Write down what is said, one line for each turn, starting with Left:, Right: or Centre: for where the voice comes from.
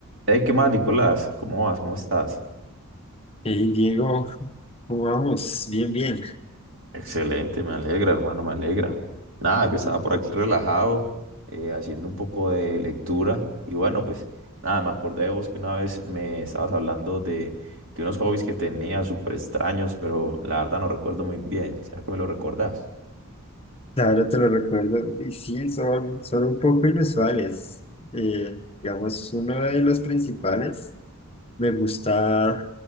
Right: Hey, ¿qué más, Nicolás? ¿Cómo vas? ¿Cómo estás?
Left: Hey Diego, ¿cómo vamos? Bien, bien.
Right: Excelente, me alegra, hermano, me alegra. Nada, que estaba por aquí relajado, eh, haciendo un poco de lectura. Y bueno, pues nada, me acordé de vos que una vez me estabas hablando de, de unos hobbies que tenía súper extraños, pero la verdad no recuerdo muy bien. ¿Será que me lo recordás?
Left: Ahora te lo recuerdo. Y sí, son, son un poco inusuales. Eh, digamos, uno de los principales, me gusta